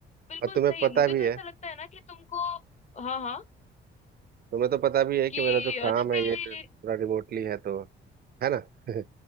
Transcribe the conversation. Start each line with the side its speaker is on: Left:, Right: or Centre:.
Left: बिल्कुल
Right: और तुम्हें
Left: सही
Right: पता
Left: मुझे
Right: भी
Left: तो
Right: है
Left: ऐसा लगता है ना कि तुमको हाँ हाँ
Right: तुम्हें तो पता भी है कि
Left: कि
Right: मेरा जो
Left: अ,
Right: काम
Left: जैसे
Right: है ये थोड़ा रिमोटली है तो है ना <laughs>